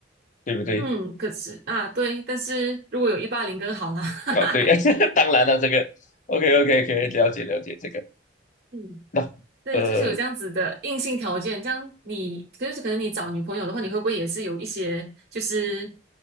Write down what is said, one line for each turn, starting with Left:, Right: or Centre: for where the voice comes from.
Left: 对不对？
Right: 嗯，可是啊，对，但是如果有一八零更好啦。<laughs>
Left: 哦，对，<laughs> 当然了，这个 OK OK 可以了解了解这个。
Right: 嗯。
Left: 那呃，
Right: 对，就是有这样子的硬性条件，这样你就是可能你找女朋友的话，你会不会也是有一些就是